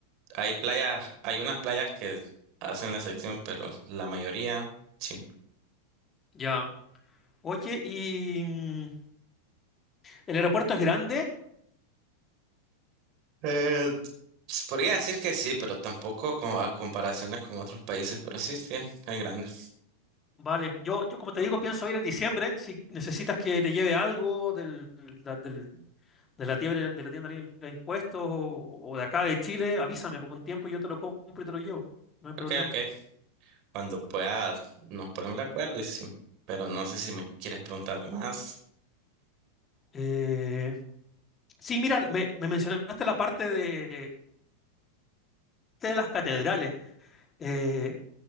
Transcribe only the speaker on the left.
Ya. Oye, ¿y mm, el aeropuerto es grande?
Vale, yo, yo como te digo, pienso ir en diciembre. Si necesitas que te lleve algo del, la- del- de la tienda de la tienda libre de impuestos o, o de acá de Chile, avísame por con tiempo y yo te lo compro y te lo llevo. No hay problema.
Eh, sí, mira, me, me mencionaste la parte de, de las catedrales. Eh,